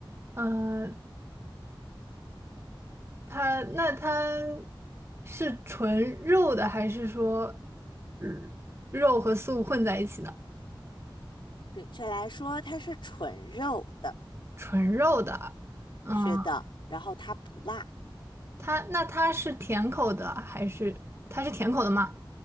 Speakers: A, on the right; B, on the left.
A: 呃，它那它是纯肉的，还是说呃肉和素混在一起的？
B: 准确来说，它是纯肉的。
A: 纯肉的，嗯，
B: 是的，然后它不辣。
A: 它那它是甜口的，还是它是甜口的吗？